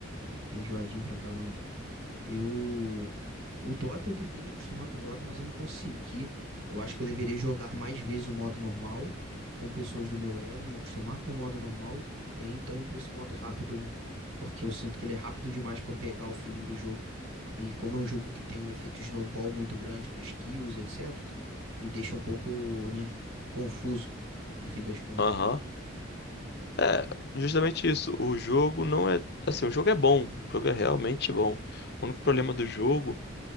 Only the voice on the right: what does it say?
é enjoadinho pra caramba. Eu. O Dota, eu tentei me acostumar com o Dota, mas eu não consegui. Eu acho que eu deveria jogar mais vezes o modo normal, com pessoas do meu elo, me acostumar com o modo normal, e aí então ir pra esse modo rápido, né? Porque eu sinto que ele é rápido demais pra eu pegar o feeling do jogo. E como é um jogo que tem um efeito snowball muito grande nas kills, etc., me deixa um pouco, né, confuso, no fim das contas.